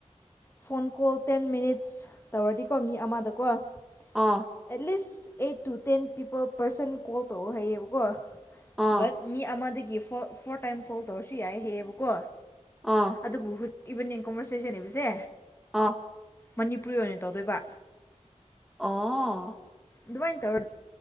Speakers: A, on the left; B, in the centre.
A: ꯐꯣꯟ ꯀꯣꯜ ꯇꯦꯟ ꯃꯤꯅꯤꯠꯁ ꯇꯧꯔꯗꯤꯀꯣ ꯃꯤ ꯑꯃꯗꯀꯣ at least
B: ꯑꯥ
A: eight to ten people person call ꯇꯧꯋꯣ ꯍꯥꯏꯌꯦꯕꯀꯣ
B: ꯑꯥ
A: ꯕꯠ ꯃꯤ ꯑꯃꯗꯒꯤ ꯐꯣꯔ ꯇꯥꯏꯝ ꯀꯣꯜ ꯇꯧꯔꯁꯨ ꯌꯥꯏ ꯍꯌꯦꯕꯀꯣ
B: ꯑꯥ
A: ꯑꯗꯨꯕꯨ ꯏꯕꯅꯤ ꯀꯣꯕꯔꯁꯦꯁꯟ ꯏꯕꯁꯦ
B: ꯑꯥ
A: ꯃꯅꯤꯄꯨꯔꯤ ꯑꯣꯏꯅ ꯇꯧꯗꯣꯏꯕ
B: ꯑꯣ
A: ꯑꯗꯨꯃꯥꯏ ꯇꯧꯔ